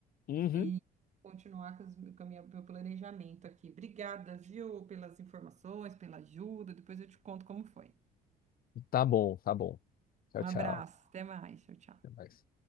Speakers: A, on the left; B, on the right.
A: Uhum.
B: e continuar com, os- com a minha- meu planejamento aqui. Obrigada, viu, pelas informações, pela ajuda. Depois eu te conto como foi.
A: Tá bom, tá bom. Tchau,
B: Um abraço,
A: tchau.
B: até mais. Tchau, tchau.
A: Até mais.